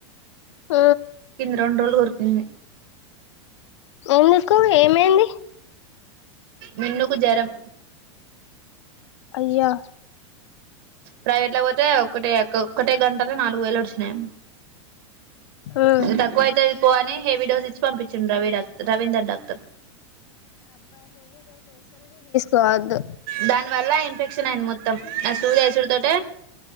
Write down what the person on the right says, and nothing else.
రెండు రోజులు కొరికింది
మిన్ను కు జరం
ప్రైవేట్ ల పోతే ఒక్కటే <unintelligible> కొక్కటే గంటలో నాలుగు వేలు ఉడిషినాయి
తక్కువైతాది స్నే హెవీ డోస్ ఇచ్చి పంపించండి రవి డాక్టర్ రవీందర్ డాక్టర్
దాని వల్ల ఇన్ఫెక్షన్ అయింది మొత్తం ఆ సూది వేసుడు తట